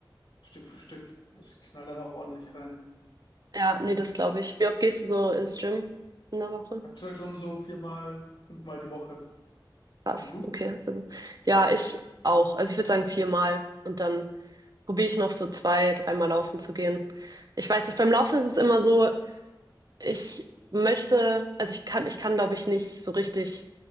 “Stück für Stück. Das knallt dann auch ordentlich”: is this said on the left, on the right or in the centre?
Left